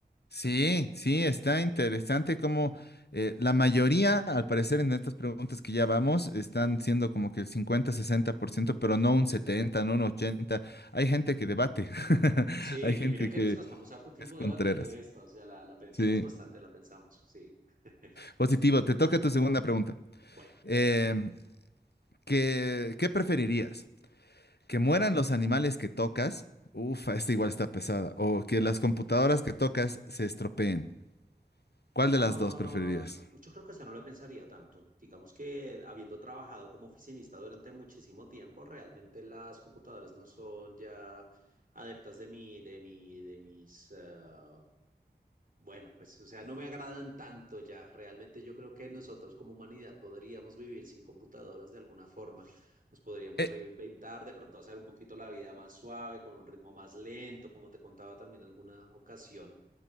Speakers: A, on the left (about 75°); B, on the right (about 55°).
A: Sí, sí, está interesante como la mayoría, al parecer, en estas preguntas que ya vamos, están siendo como que el 50, 60%, pero no un 70, no un 80. Hay gente que debate. <laughs>
B: Sí,
A: Hay gente
B: y mira que
A: que
B: nos gastamos harto tiempo
A: es contreras.
B: debatiendo esta, o sea, la, la pensamos
A: Sí.
B: bastante, la pensamos, sí. <laughs>
A: Positivo, te toca tu segunda pregunta.
B: Bueno.
A: Em, ¿qué, qué preferirías? ¿Que mueran los animales que tocas? Ufa, esta igual está pesada. ¿O que las computadoras que tocas se estropeen? ¿Cuál
B: Ah,
A: de las dos preferirías?
B: yo creo que esa no la pensaría tanto. Digamos que habiendo trabajado como oficinista durante muchísimo tiempo, realmente las computadoras no son ya adeptas de mi, de mi, de mis, ah, bueno, pues, o sea, no me agradan tanto ya. Realmente yo creo que nosotros como humanidad podríamos vivir sin computadoras de alguna forma. Nos podríamos
A: E-
B: reinventar, de pronto hacer un poquito la vida más suave, con un ritmo más lento, como te contaba también en alguna ocasión.